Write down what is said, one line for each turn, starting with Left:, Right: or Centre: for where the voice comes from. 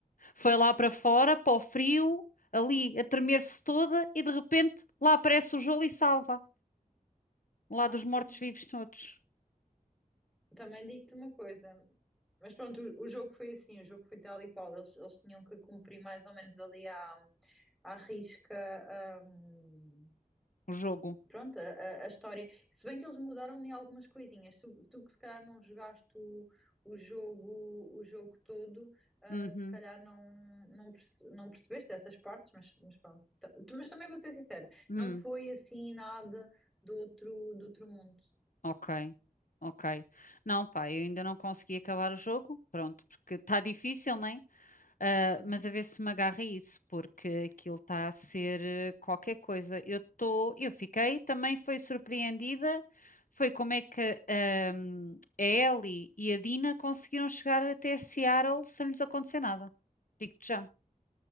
Left: foi lá para fora, para o frio, ali, a tremer-se toda, e de repente lá aparece o Joel e salva, lá
Centre: Ah,
Left: dos mortos-vivos
Centre: sim.
Left: todos.
Centre: Também digo-te uma coisa, mas pronto, o, o jogo foi assim, o jogo foi tal e qual, eles, eles tinham que cumprir mais ou menos ali à, à risca, hum,
Left: O jogo.
Centre: pronto, a, a- a história. Se bem que eles mudaram em algumas coisinhas. Tu, tu que se calhar não jogaste o, o jogo, o jogo todo, ah,
Left: Uhum.
Centre: se calhar não, não, perce- não percebeste essas partes, mas, mas pronto. Ta- tu- Mas também vou ser sincera,
Left: Hum.
Centre: não foi assim nada do outro, do outro mundo.
Left: Ok. Ok. Não, pá, eu ainda não consegui acabar o jogo. Pronto, porque está difícil, né? Ah,
Centre: Uhum.
Left: mas a ver se me agarra isso, porque aquilo está a ser eh, qualquer coisa. Eu estou, eu fiquei, também foi surpreendida. Foi como é que ahm, a Ellie e a Dina conseguiram chegar até Seattle sem lhes acontecer nada. Digo-te já.